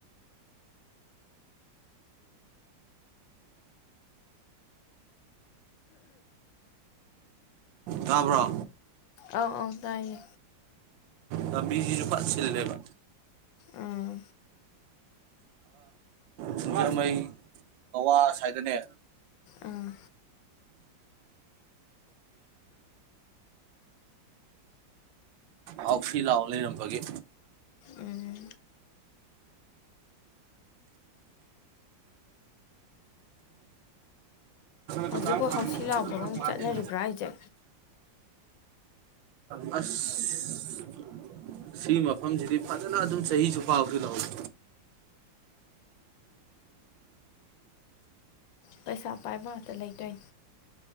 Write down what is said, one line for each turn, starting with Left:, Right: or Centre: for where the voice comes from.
Right: ꯇꯥꯕ꯭ꯔꯣ
Left: ꯑꯥꯎ ꯑꯥꯎ ꯇꯌꯦ
Right: ꯇꯕꯤꯖꯣꯄꯄꯥꯛ ꯁꯤꯜꯂꯦꯕ
Left: ꯑꯥ
Right: ꯁꯤꯡꯖꯃꯩ ꯀꯋꯥ ꯁ꯭ꯋꯥꯏꯗꯅꯦ
Left: ꯑꯥ
Right: ꯑꯥꯎꯁꯤ ꯂꯥꯎ ꯂꯩꯔꯝꯕꯒꯤ
Left: ꯎꯝ
Right: ꯗꯨꯀꯥꯟ
Left: ꯍꯧꯖꯤꯛꯄꯨ ꯍꯥꯎꯁꯤ ꯂꯥꯎꯕꯒ ꯑꯃꯨꯛ
Right: ꯐ
Left: ꯆꯠꯅꯔꯤꯕ꯭ꯔꯥ
Right: ꯆꯦ
Left: ꯍꯥꯏꯁꯦ
Right: ꯑꯁ ꯁꯤ ꯃꯐꯝꯁꯤꯗꯤ ꯐꯖꯅ ꯑꯗꯨꯝ ꯆꯍꯤꯁꯨ ꯐꯥꯎꯕꯁꯨ ꯂꯧꯍꯋꯏ
Left: ꯄꯩꯁꯥ ꯄꯥꯏꯕ ꯉꯇ ꯂꯩꯇꯣꯏ